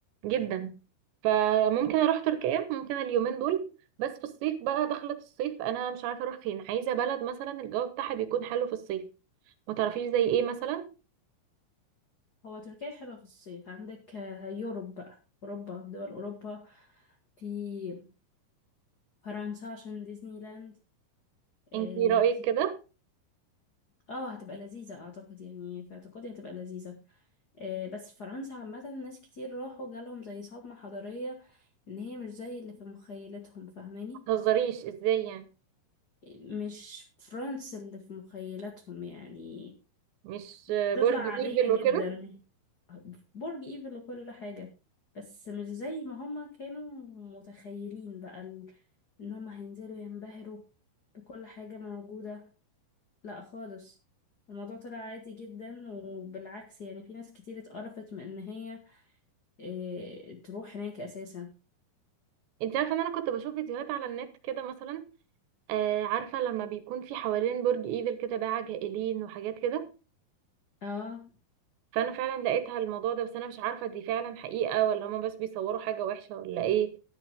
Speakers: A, on the right; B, on the left.
A: جدا فممكن أروح تركيا ممكن اليومين دول بس في الصيف بقى دخلت الصيف أنا مش عارفة أروح فين عايزة بلد مثلا الجو بتاعها بيكون حلو في الصيف ما تعرفيش زي ايه مثلا
B: هو تركيا حلوة في الصيف عندك آه، يوروب بقى اوروبا دول اوروبا في فرنسا عشان ديزني لاند اه
A: انتي رأيك كده
B: آه، هتبقى لذيذة اعتقد يعني في اعتقادي هتبقى لذيذة آه، بس فرنسا عامة ناس كتير راحوا جالهم زي صدمة حضارية إن هي مش زي اللي في مخيلتهم فاهماني
A: ما تهزريش ازاي يعني
B: مش فرنسا اللي في مخيلتهم يعني
A: مش
B: هتطلع
A: برج
B: عادية
A: ايفل
B: جدا
A: وكده
B: برج إيفل وكل حاجة بس مش زي ما هما كانوا متخيلين بقى ال- إن هما هينزلوا ينبهروا بكل حاجة موجودة لا خالص الموضوع طلع عادي جدا وبالعكس يعني في ناس كتير اتقرفت من ان هي إيه تروح هناك اساسا
A: انت عارفه ان انا كنت بشوف فيديوهات على النت كده مثلا آه عارفه لما بيكون في حوالين برج ايفل كده باعة جائلين وحاجات كده
B: اه
A: فانا فعلا لقيتها الموضوع ده بس انا مش عارفه دي فعلا حقيقه ولا هما بس بيصوروا حاجه وحشه ولا ايه